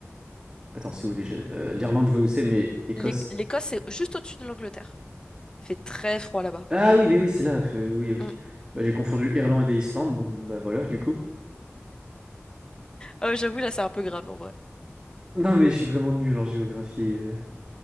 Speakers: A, on the right (about 15°); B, on the left (about 20°).
A: Attends, c'est où déjà? Euh, l'Irlande, je vois où c'est, mais Écosse.
B: L'É- L'Écosse, c'est juste au-dessus de l'Angleterre. Il fait très froid là-bas.
A: Ah oui, mais oui, c'est là. Euh, oui, ok.
B: Mm.
A: Bah, j'ai confondu Irlande et Islande. Bon, bah voilà, du coup.
B: Oh, j'avoue, là, c'est un peu grave en vrai.
A: Non, mais je suis vraiment nul en géographie. euh.